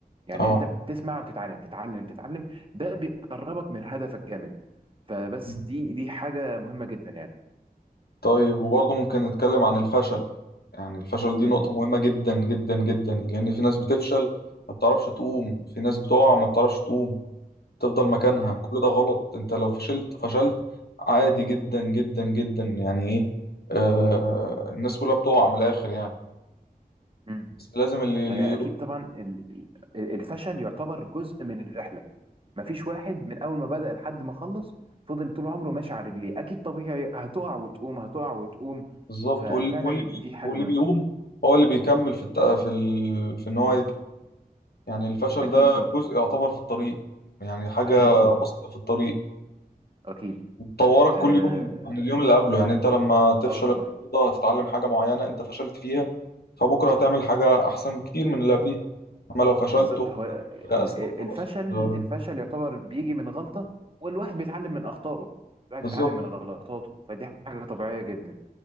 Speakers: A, on the right (about 35°); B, on the left (about 90°).
A: يعني
B: اه
A: ان انت بتسمع وتتعلم تتعلم تتعلم ده بيقربك من هدفك جامد فبس
B: مم.
A: دي دي حاجة مهمة جدا يعني
B: طيب وبرضه ممكن نتكلم عن الفشل يعني الفشل دي
A: امم
B: نقطة مهمة جدا جدا جدا لأن في ناس بتفشل ما بتعرفش تقوم في ناس بتقع ما بتعرفش تقوم تفضل مكانها
A: امم
B: كل ده غلط انت لو فشلت فشلت عادي جدا جدا جدا يعني ايه آه الناس كلها بتقع من الآخر يعني
A: امم
B: بس لازم اللي اللي
A: هي اكيد طبعا ال- ال- الفشل يعتبر جزء من الرحلة مفيش واحد من اول ما بدأ لحد ما خلص فضل طول عمره ماشي على رجليه اكيد طبيعي هتقع وتقوم هتقع وتقوم
B: بالظبط
A: ففعلا
B: واللي واللي بي
A: دي حاجة
B: واللي
A: مهمة
B: بيقوم هو اللي بيكمل في الت... في ال... في ان هو
A: مم.
B: يعني الفشل
A: اكيد
B: ده
A: طبعا
B: جزء يعتبر في الطريق يعني حاجة
A: اكيد طبعا
B: بسيطة في الطريق
A: اكيد
B: وتطورك
A: اه,
B: كل يوم عن اليوم اللي قبله يعني انت لما تفشل
A: آه طبعا
B: النهارده هتتعلم حاجة معينة انت فشلت فيها
A: مم.
B: فبكرة هتعمل
A: مم.
B: حاجة أحسن بكتير من اللي قبليه أما لو فشلت
A: بالظبط هو ال-
B: ويأست
A: ال-
B: وخلاص
A: الفشل
B: آه،
A: الفشل يعتبر بيجي من غلطة والواحد بيتعلم من أخطائه الواحد
B: بالظبط
A: بيتعلم من غلطاته فدي حاجة طبيعية جدا